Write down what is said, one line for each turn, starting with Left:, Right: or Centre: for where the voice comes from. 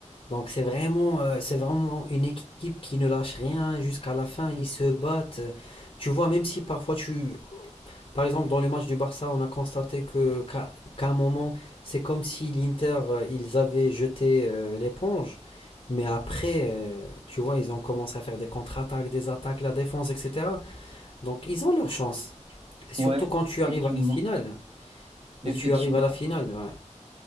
Left: Donc c'est vraiment, euh, c'est vraiment une équipe qui ne lâche rien jusqu'à la fin. Ils se battent. Tu vois, même si parfois tu... Par exemple, dans le match du Barça, on a constaté que qu'à qu'à un moment, c'est comme si l'Inter, euh, ils avaient jeté euh, l'éponge. Mais après, euh, tu vois, ils ont commencé à faire des contre-attaques, des attaques, la défense, etc. Donc ils ont leur chance. Et surtout
Right: Ouais,
Left: quand tu
Right: effectivement.
Left: arrives à la finale.
Right: Effectivement.
Left: Et tu arrives à la finale, ouais.